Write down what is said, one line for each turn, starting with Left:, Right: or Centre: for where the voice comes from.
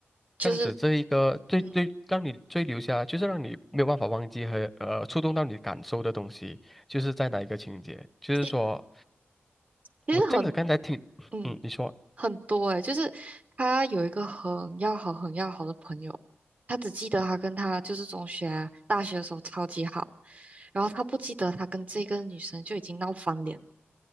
Right: 就是，
Centre: 这样子这一个最最让你最留下，
Right: 嗯，
Centre: 就是让你没有办法忘记和呃触动到你感受的东西，就是在哪一个情节？就是说
Right: 其其实很，
Centre: 我这样子刚才听，
Right: 嗯。
Centre: 嗯，你说，
Right: 很多诶、就是他有一个很要好、很要好的朋友，他只记得他跟他就是中学啊大学的时候超级好，然后他不记得他跟这个女生就已经闹翻脸。